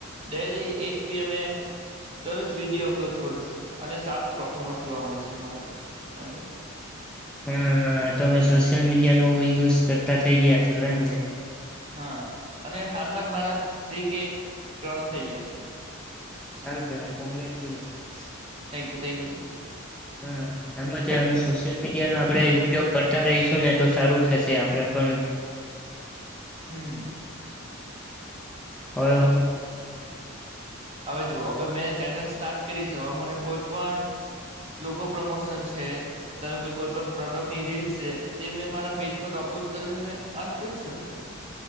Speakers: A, on the right; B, in the centre.
A: ડેલી એઈટ પીએમ એ દરરોજ વિડીયો અપલોડ કરું છું અને સારું પફોર્મન્સ જોવા મળે છે મારું પણ
B: હા હા તોમે સોશિયલ મીડિયાનો યુઝ કરતા થઇ ગયા છો એમને?
A: હા અને હાલમાં જ મારા થ્રી કે ક્રોસ થઈ ગયા છે.
B: સારું કે ભાઈ congratulations.
A: Thank you, thank you sir.
B: હા એમ જ આમ સોશિયલ મીડિયાનો આપણે ઉપયોગ કરતા રહીશું ને તો સારું થશે આપણે પણ
A: હમ.
B: હવે હું
A: હવે જુઓ હવે મેં ચેનલ સ્ટાર્ટ કરી છે હવે મને કોઈ પણ લોગો પ્રમોશન છે ધારો કે કોઈ પણ પ્રોડક્ટની રીલ છે તે મેં મારા પેજ પર અપલોડ કરીને અર્ન કરી શકું છું.